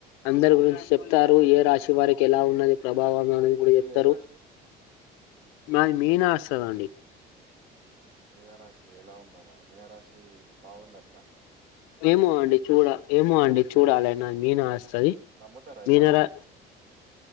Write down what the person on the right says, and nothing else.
మీదే
రాశి
మీనరాశి ఎలా ఉందో మరి మీనరాశి బాగుందట్నా?
నమ్ముతారా
ఇవన్నీ మీరు?